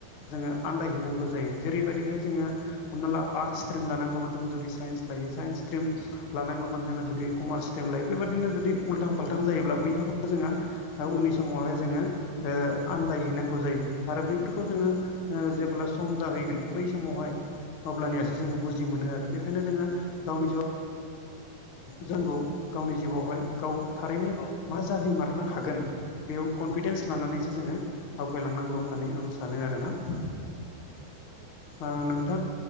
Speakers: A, on the left; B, on the left.
A: जोङो आन्दायहैनांगौ जायो जेरैबायदिहाय
B: औ
A: जोङो हमना ला आर्टस स्ट्रिम लानांगौमोन जों जुदि साइन्स लायो साइन्स स्ट्रिम लानांगौमोन जोङो जुदि कमार्स स्ट्रिमलाय बेबायाददिनो जुदि उल्थां फाल्थां जायोब्ला बयहाबबो जोंहा उननि समावहाय जोङो ओ आन्दायहैनांगौ जायो आरो बैफोरखौ जोङो जेब्ला सम जाहैगोन बै समावहाय अब्लानियासो जोङो बुजि मोनो आरो बेखायनो जोङो गावनि सायाव जों गाव गावनि जिउआवहाय गाव थारैनो
B: औ
A: मा जाहैमारनो हागोन
B: औ
A: बेयाव कनफिडेन्स लानानैसो जोङो
B: औ
A: आवगायलांनांगौ होननानै आं सानो आरोना ओ नोंथां